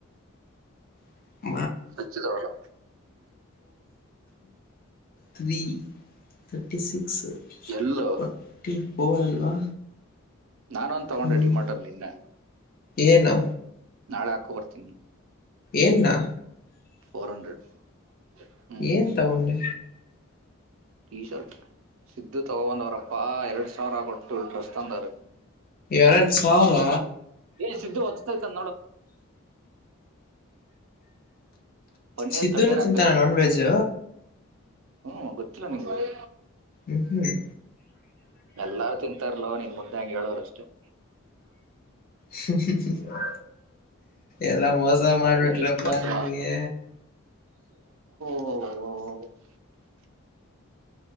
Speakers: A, on the left; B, on the right.
A: <unintelligible>
B: ಹಚ್ಚಿದವಲ್ಲ
A: ತ್ರೀ ತರ್ಟಿ ಸಿಕ್ಸ್
B: ಎಲ್ಲೋ
A: ಫಾರ್ಟಿ ಫೋರ್ ಅಲ್ವಾ.
B: ನಾನೊಂದ್ ತಗೊಂಡೆ
A: ಹ್ಮ್
B: ಡಿ ಮಾರ್ಟಲ್ಲಿ ನಿನ್ನೆ.
A: ಏನು
B: ನಾಳೆ ಹಾಕೋ ಬರ್ತೀನಿ.
A: ಏನ್ನ?
B: Four hundred. ಹ್ಮ್
A: ಏನ್ ತಗೊಂಡೆ?
B: ಟೀ ಶರ್ಟ್, ಸಿದ್ದು ತಗೊ ಬಂದವರಪ್ಪಾ ಎರಡು ಸಾವಿರ ಕೊಟ್ಟು ಡ್ರೆಸ್ ತಂದೊರೆ.
A: ಎರಡು ಸಾವ್ರ?
B: ಏ ಸಿದ್ದು ಹಚ್ತೈತೆನ್ ನೋಡು. ಪಣ್ಣೀರ್
A: ಸಿದ್ದುನು
B: ತಣ್ಣೀರ್ ಆಗ್ತೖ
A: ತಿಂತಾನ ನಾನ್ ವೆಜ್
B: ಹ್ಮ್ ಗೊತ್ತಿಲ್ಲ ನಿಮ್ಗೆ.
A: ಹ್ಮ್ ಹ್ಮ್
B: ಎಲ್ಲಾರು ತಿಂತಾರ್ಲೋ ನಿನ್ ಮುಂದೆ ಹಂಗೆ ಹೇಳ್ವರಷ್ಟೇ. <inaudible>
A: ಹ್ಮ್ಮ ಎಲ್ಲಾ ಮೋಸ ಮಾಡ್ಬಿಟ್ರಪ್ಪಾ
B: ಏನ್ ಇಷ್ಟ್ ಮೊಸ್ರ
A: ನನಗೆ.
B: ಹ್ಮ ಹ